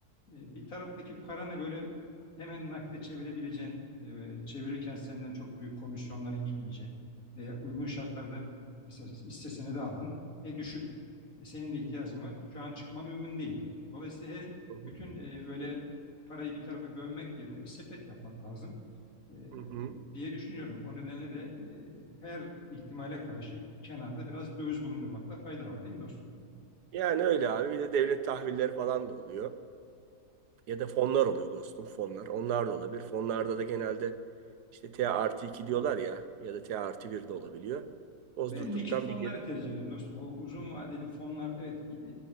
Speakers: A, on the left (about 55°); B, on the right (about 75°).
A: e, bir taraftaki paranı böyle Hemen nakde çevirebileceğin, e, çevirirken senden çok büyük komisyonların gitmeyeceği veya uygun şartlarda mesela hisse senedi aldın, e düşük. E, senin de ihtiyacın var. Şu an çıkman uygun değil. Dolayısıyla her
B: hı hı,
A: bütün e, böyle parayı bir tarafa gömmek yerine bir sepet yapmak lazım e,
B: hı hı.
A: diye düşünüyorum. O nedenle de e, her ihtimale karşı kenarda biraz döviz bulundurmakta fayda var, değil mi dostum?
B: Yani öyle abi. Bir de devlet tahvilleri falan da oluyor. Ya da fonlar oluyor dostum fonlar. Onlar da olabilir. Fonlarda da genelde işte T artı 2 diyorlar ya ya da T artı bir de olabiliyor. Bozdurduktan
A: Ben likit fonları
B: bir yere.
A: tercih ediyorum dostum. O uzun vadeli fonlar evet e,